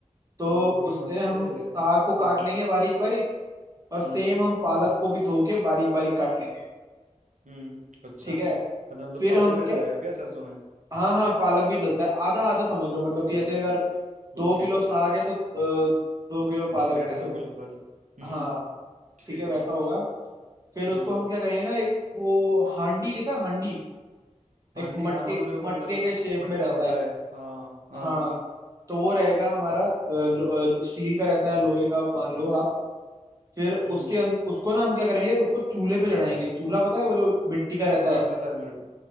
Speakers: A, on the right (about 30°); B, on the right (about 85°).
A: तो
B: ओ
A: उससे
B: मत <laughs>
A: हम
B: सही है
A: साग को
B: हाँ
A: काट लेंगे बारीक बारीक और
B: हम्म
A: सेम हम पालक को भी धो के बारीक बारीक काट लेंगे
B: हम्म अच्छा
A: ठीक
B: अच्छा
A: है
B: मतलब
A: फिर
B: पालक
A: हम
B: भी डल
A: क्या
B: जाएगा क्या सरसों में
A: हाँ हाँ पालक भी डलता है आधा आधा समझ लो मतलब कि
B: ठीक
A: जैसे
B: है
A: अगर दो
B: ओके
A: किलो साग है तो अ, दो किलो पालक
B: डेढ़
A: ऐसे
B: दो
A: सम...
B: किलो पालक हम्म
A: हाँ
B: ठीक
A: ठीक है वैसा
B: है
A: होगा फिर
B: हम्म
A: उसको हम क्या करेंगे ना एक वो हांडी देखा हांडी एक
B: हांडी
A: मटके
B: हाँ हाँ वो जो मतलब
A: मटके के शेप
B: मटका
A: में रहता
B: होता
A: है
B: है हाँ हाँ
A: हाँ
B: हाँ
A: तो वो रहेगा हमारा अ, लो- अ, स्टील का रहता है लोहे का मान लो आप फिर उसके
B: हम्म
A: अं- उसको ना हम क्या करेंगे उसको चूल्हे पे चढ़ाएंगे चूल्हा पता है वो जो मिट्टी का रहता
B: हाँ
A: है
B: पता है मेरे को